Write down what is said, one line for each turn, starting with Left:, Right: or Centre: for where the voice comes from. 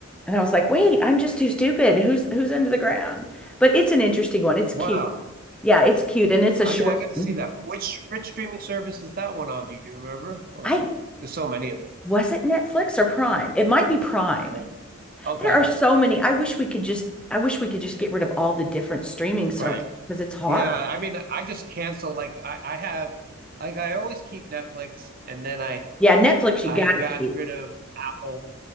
Centre: And I was like, wait, I'm just too stupid. Who's who's under the ground? But it's an interesting one. It's
Right: Wow.
Centre: cute. Yeah, it's cute and it's a
Right: Oh,
Centre: short
Right: yeah, I gotta
Centre: one.
Right: see that. Which which streaming service is that one on? Do you remember? Or
Centre: I
Right: there's so many of them.
Centre: was it Netflix or Prime? It might be Prime.
Right: Yeah. Okay.
Centre: There are so many. I wish we could just I wish we could just get rid of all the different streaming services
Right: Right.
Centre: because it's hard.
Right: Yeah. I mean, I just cancel. Like I, I have, like I always keep Netflix, and then I
Centre: Yeah, Netflix you
Right: I
Centre: gotta
Right: got
Centre: keep.
Right: rid of Apple